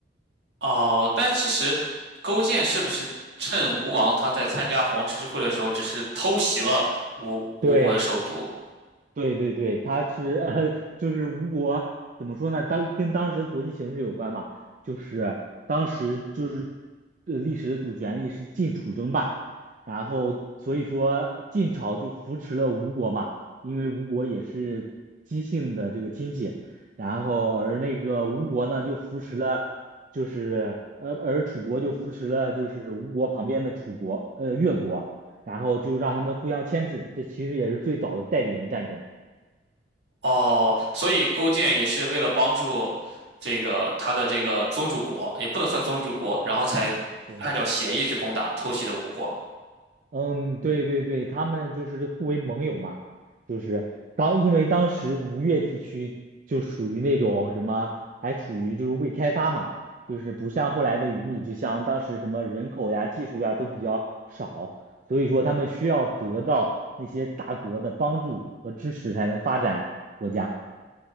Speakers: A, on the right; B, on the right.
A: 哦，但其实勾践是不是趁吴王他在参加黄池之会的时候，只是偷袭了吴吴国的首都？
B: 对。对对对，他是 <laughs> 呃，就是吴国怎么说呢？当跟当时的国际形势有关嘛，就是当时就是呃历史的主旋律是晋楚争霸，然后所以说晋朝就扶持了吴国嘛，因为吴国也是姬姓的这个亲戚，然后而那个吴国呢就扶持了，就是呃而楚国就扶持了就是吴国旁边的楚国呃越国，然后就让他们互相牵制，这其实也是最早的代理人战争。
A: 哦，所以勾践也是为了帮助这个他的这个宗主国，也不能算宗主国，然后才按照协议去攻打偷袭的吴国。
B: 对，嗯，对对对，他们就是互为盟友嘛，就是当因为当时吴越地区就属于那种什么，还处于就是未开发嘛，就是不像后来的鱼米之乡，当时什么人口呀、技术呀都比较少，所以说他们需要得到那些大国的帮助和支持才能发展国家。